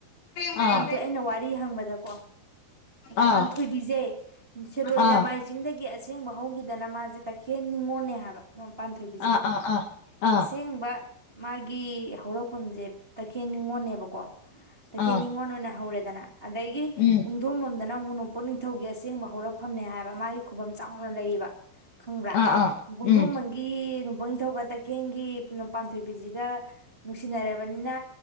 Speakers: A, on the left; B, on the right.
A: ꯑꯥ
B: ꯄꯥꯝꯊꯦ ꯑꯩꯅ ꯋꯥꯔꯤ ꯍꯪꯕꯗꯀꯣ
A: ꯑꯥ
B: ꯄꯥꯟꯊꯣꯏꯕꯤꯁꯦ ꯁꯦꯜꯂꯣꯏ
A: ꯑꯥ
B: ꯂꯃꯥꯏ ꯆꯤꯡꯗꯒꯤ ꯑꯁꯦꯡꯕ ꯍꯧꯈꯤꯗꯅ ꯃꯥꯁꯦ ꯇꯈꯦꯜ ꯅꯤꯉꯣꯜꯅꯦ ꯍꯥꯏꯕ ꯅ ꯄꯥꯟꯊꯣꯏꯕꯤꯁꯦ
A: ꯑꯥ ꯑꯥ ꯑꯥ ꯑꯥ
B: ꯑꯁꯦꯡꯕ ꯃꯥꯒꯤ ꯍꯧꯔꯛꯐꯝꯁꯦ ꯇꯈꯦꯜ ꯅꯤꯉꯣꯜꯅꯦꯕꯀꯣ ꯇꯈꯦꯟ
A: ꯑꯥ
B: ꯅꯤꯉꯣꯜ ꯑꯣꯏꯅ ꯍꯧꯔꯦ ꯗꯅꯥ ꯑꯗꯒꯤ
A: ꯎꯝ
B: ꯑꯃꯝꯕꯝꯗꯅ ꯑꯃꯨꯛ ꯅꯣꯡꯄꯣꯛ ꯅꯤꯡꯊꯧꯒꯤ ꯑꯁꯦꯡꯕ ꯍꯧꯔꯛꯐꯝꯅꯦ ꯍꯥꯏꯕ ꯃꯥꯒꯤ ꯈꯨꯕꯝ ꯆꯥꯎꯅ ꯂꯩꯌꯦꯕ ꯈꯪꯕ꯭ꯔꯥ
A: ꯑꯥ ꯑꯥ
B: ꯀꯣꯟꯗꯣꯃꯚꯝꯒꯤ
A: ꯎꯝ
B: ꯅꯤꯡꯊꯧꯒ ꯇꯈꯦꯡꯒꯤ ꯄꯥꯟꯊꯣꯏꯕꯤꯁꯤꯒ ꯅꯨꯡꯁꯤꯅꯕꯅꯤꯅ